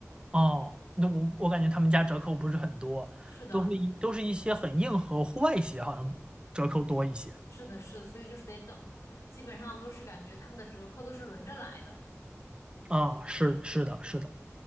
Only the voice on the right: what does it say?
哦，那我我感觉他们家折扣不是很多，
都是一都是一些很硬核户外鞋，好像折扣多一些。
啊、是是的，是的，